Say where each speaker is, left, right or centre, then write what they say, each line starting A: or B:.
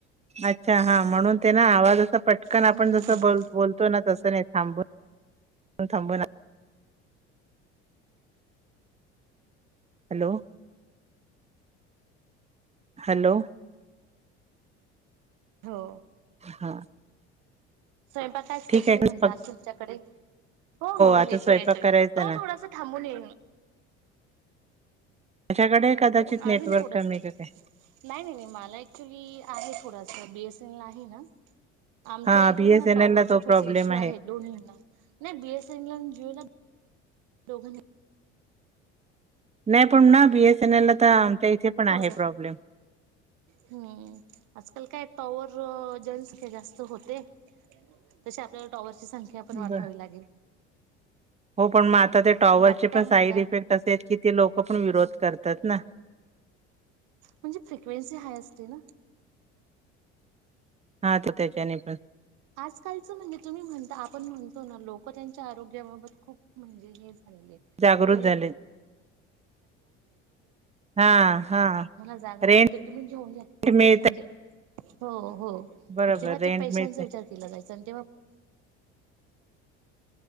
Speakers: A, on the right (about 20°); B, on the right (about 65°).
A: अच्छा! हा म्हणून्, ते ना आवाज पटकन
B: हम्म
A: आपण
B: हम्म
A: जसं
B: हम्म.
A: बोल बोलतो, ना तसं थांबून थांबून <unintelligible> हॅलो! हॅलो!
B: हो.
A: हा.
B: स्वयंपाक काय स्पेशल
A: ठीक आहे
B: म्हटला
A: फक्त
B: तुमच्याकडे? हो हो
A: आता
B: येतोय
A: स्वयंपाक
B: येतोय
A: करायचा
B: तो
A: ना
B: थोडासा थांबून येईल
A: माझ्याकडे कदाचित नेटवर्क
B: अजून थोडास
A: कमी का काय
B: नाही नाही नाही मला ऍक्च्युली आहे थोडा बीएसएल ला आहे ना आमच्या
A: हा
B: इकडे
A: बीएसएनएल
B: ना टॉवरचा
A: ला तो
B: थोस
A: प्रॉब्लेम
B: इश्यू आहे दोन्हीना नाही बीएसएनल जिओ दोघांनाही
A: नाही पण ना बीएसएनएल ला तर इथे पण आहे
B: थोडसा
A: प्रॉब्लेम.
B: हम्म. आजकाल काय टॉवर जंनसख्या जास्त होते जसे आपल्याला टॉवर संख्या पण वाढावी
A: बर
B: लागेल
A: हो पण मग आता ते टॉवर
B: बाकी
A: चे
B: काय
A: पण
B: म्हणताय?
A: साईड इफेक्ट असे किती लोक आपण विरोध करतात ना
B: म्हणजे फ्रिक्वेन्सी हाय असते ना
A: हा त त्याच्याने पण
B: आजकालचं म्हणजे तुम्ही म्हणता आपण म्हणतो ना लोक त्यांच्या आरोग्याबाबत खूप म्हणजे हे <inaudible>
A: जागृत झाले हा हा
B: जा
A: रेंट
B: हो तर तुम्ही घेऊन पुढ
A: मिळते
B: म्हणजे हो हो
A: बरोबर
B: तेव्हा
A: रेंट
B: तेव्हा पैशांचा
A: मिळते
B: विचार <inaudible> पुढे